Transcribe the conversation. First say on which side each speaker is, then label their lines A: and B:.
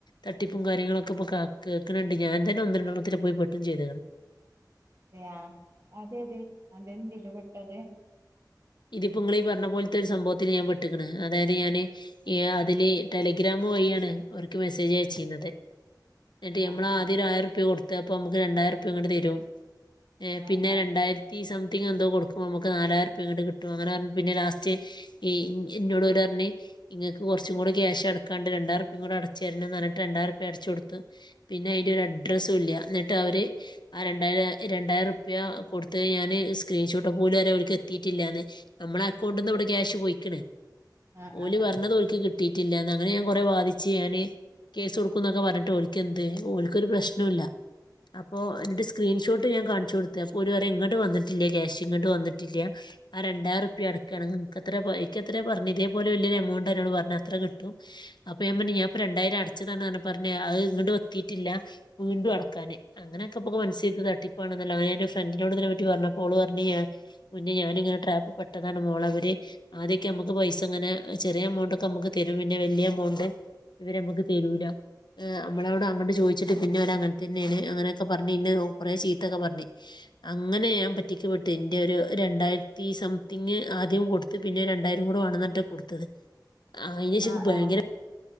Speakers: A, on the left; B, on the right.
A: തട്ടിപ്പും കാര്യങ്ങളൊക്ക ഇപ്പ കേക്കണിണ്ട് ഞാൻ തന്ന ഒന്നുരണ്ടെണ്ണത്തിന് പോയി പെട്ടും ചെയ്ത്
B: അതെയാ അതെ അതെ അതെന്തിലും വിട്ടത്
A: ഇതിപ്പങ്ങള് പറഞ്ഞപോലത്തൊരു സംഭവത്തിന് ഞാൻ പെട്ടിക്കണ് അതായത് ഞാന് അതില് ടെലിഗ്രാമു വഴിയാണ് അവർക്ക് മെസ്സേജ് അയച്ചിരുന്നത് എട്ടിമ്മള
B: ആഹ് ആഹ്
A: ആദ്യോരു ആയിരുപ്യാ കൊടുത്ത അപ്പ നമുക്ക് രണ്ടായിരുപ്യാ ഇങ്ങട്ട് തരും ഏ
B: ആഹ്
A: പിന്നെ രണ്ടായിരത്തി സം ത്തിങ്ങന്തോകൊടുക്കുമ്പം നമക്ക് നാലാരുപ്യാ ഇങ്ങട്ട് കി കിട്ടും അങ്ങനെ പറഞ്ഞ് പിന്നെ ലാസ്റ്റ് ഈ എന്നോടവര് പറഞ്ഞ് ഇങ്ങൾക്ക് കുറച്ചും കൂടി ക്യാഷ് അടക്കാണ്ട് രണ്ടായിരുപ്യയും കൂടെ അടച്ചു തരണം എന്നിട്ട് രണ്ടായിരുപ്യാ അടച്ചു കൊടുത്ത് പിന്നെ അയിൻ്റെ ഒരു അഡ്രസ്സും ഇല്ല എന്നിട്ട് അവര് ആ രണ്ടായിരം രണ്ടായിരുപ്യാ കൊടുത്തയിഞ്ഞാല് സ്ക്രീന്ഷോട്ട്പോലരു അവരിക്ക് എത്തിയിട്ടില്ലാന്ന് നമ്മളെ അക്കൗണ്ടിന്ന് ഇവിടെ ക്യാഷ് പോയിക്കണ്
B: ആഹ്
A: ഓല്
B: ആഹ് ആഹ്
A: പറഞ്ഞത് ഓല്ക് കി കിട്ടിയിട്ടില്ലന്ന് അങ്ങനെ ഞാൻ കൊറെ ബാധിച്ച് ഞാൻ കേസ് കൊടുക്കും എന്നൊക്കെ പറഞ്ഞിട്ട്ഓലിക്കന്ത്‌ എന്ത് ഒഓലിക്കൊരു പ്രശ്നുംല്ല അപ്പോ എന്റെ സ്ക്രീൻഷോട്ട് ഞാൻ കാണിച്ച് കൊടുത്ത് അപ്പൊ ഓല് പറയാ ഇങ്ങോട്ട് വന്നട്ടില്ല ക്യാഷ് ഇങ്ങോട്ട് വന്നിട്ടില്ല ആ രണ്ടായിരറുപഅടക്കുകയാണങ്ക ഇനക്ക് അത്ര എനിത്ര പറഞ്ഞത് ഇതേപല വലിയരു എമൗണ്ട്ണ്ടന്നോ പറഞ്ഞ അത്ര കിട്ടും അപ്പ ൻ പറ ഞാൻപ്പൊ രണ്ടായിരം അടച്ചതാണ് പറഞ്ഞ അത് ഇങ്ങട്ട് വത്തിയിട്ടില്ല വീണ്ടും അടക്കാന് അങ്ങനെൊക്കെ പൊക്ക മനസ്സ്ത് തട്ടിപ്പാണെന്നല്ലോ അങ്ങനെ എ ഫ്രണ്ടിനോട്പറ്റി പറഞ്ഞ പോള് പറഞ്ഞേ ഞാനി ട്രാപ്പ് പെട്ടതാണ് മോള അവര് ആദ്യൊക്കെ നമുക്ക് പൈസ ഇങ്ങനെ ചെറിയ എമൗണ്ട് ഒക്കെ നമുക്ക് തരും പിന്നെ വലിയ എമൗണ്ട് ഇവര് നമ്മക്ക് തരൂല നമ്മളോട് അങ്ങോട്ട് ചോദിച്ചിട്ട് പിന്നെ അവര് അങ്ങട്ട് തന്നെയാണ് അങ്ങനെയൊക്കെ പറഞ്ഞഞ് ഇനെ കൊറെേ ചീത്തൊക്കെ പറഞ്ഞു അങ്ങനെ ഞാൻ പറ്റിക്ക പെട്ടു എന്റെ ഒരു രണ്ടായിര തീ സംത്തി ങ്ങ് ആദ്യം കൊടുത്ത് പിന്നെ രണ്ടായിരം കൂടെ വാണം ന്നറിഞ്ഞിട്ടാ കൊടുത്തത് ആ അയ് ന്
B: ആഹ്
A: ഷംഇൻ
B: ആഹ്
A: ഭയങ്കര
B: ആഹ്